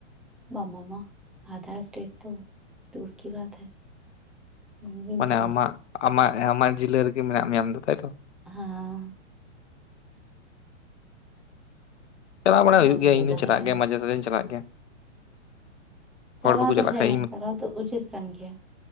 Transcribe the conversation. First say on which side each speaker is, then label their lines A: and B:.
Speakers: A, in the centre; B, on the left (about 65°).
A: ᱢᱟᱢ ᱢᱟᱢᱟ ᱟᱫᱷᱟᱨ ᱥᱴᱮᱴ ᱛᱚ ᱛᱚᱨᱠᱤ ᱵᱟᱫ ᱦᱮ ᱵᱟᱝᱜᱤᱧ
B: ᱢᱟᱱᱮ
A: ᱪᱟᱞᱟᱣ
B: ᱟᱢᱟᱜ ᱟᱢᱟᱜ ᱟᱢᱟᱜ ᱡᱤᱞᱟᱹ ᱨᱮᱜᱮ ᱢᱮᱱᱟᱜ ᱢᱮᱭᱟ ᱟᱢ ᱫᱚ ᱛᱟᱭᱛᱚ
A: ᱦᱟᱸ
B: ᱪᱟᱞᱟᱣ ᱵᱟᱲᱟ ᱦᱩᱭᱩᱜ
A: ᱵᱟᱹᱧ
B: ᱜᱮᱭᱟ
A: ᱩᱰᱩᱠ
B: ᱤᱧ ᱫᱚᱧ
A: ᱫᱟᱲᱮ
B: ᱪᱟᱞᱟᱜ
A: ᱠᱟᱣᱫᱟ
B: ᱜᱮᱭᱟ ᱢᱟᱡᱷᱮ ᱥᱟᱡᱷᱮ ᱪᱟᱞᱟᱜ ᱜᱮᱭᱟ
A: ᱪᱟᱸᱞᱟᱣ
B: ᱦᱚᱲ ᱵᱟᱠᱚ
A: ᱫᱚ
B: ᱪᱟᱞᱟᱜ
A: ᱦᱮᱸ
B: ᱠᱷᱟᱡ ᱤᱧ
A: ᱪᱟᱸᱞᱟᱣ ᱫᱚ ᱩᱪᱤᱛ ᱠᱟᱱ ᱜᱮᱭᱟ